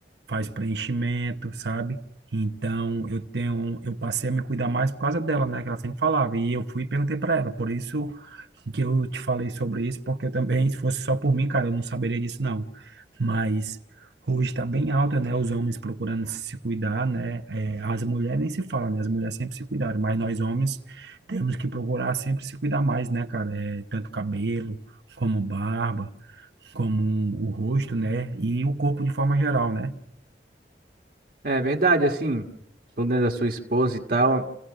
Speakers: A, on the right; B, on the right.
A: faz preenchimento, sabe? Então, eu tenho, um, eu passei a me cuidar mais por causa dela, né? Que ela sempre falava. E eu fui e perguntei para ela. Por isso que eu te falei sobre isso, porque eu também, se fosse só por mim, cara, eu não saberia disso, não. Mas hoje está bem alta, né? Os homens procurando se cuidar, né? É, as mulheres nem se fala, né? As mulheres sempre se cuidaram, mas nós homens temos que procurar sempre se cuidar mais, né, cara? É, tanto cabelo, como barba, como o rosto, né? E o corpo de forma geral, né?
B: É verdade, assim, falando da sua esposa e tal,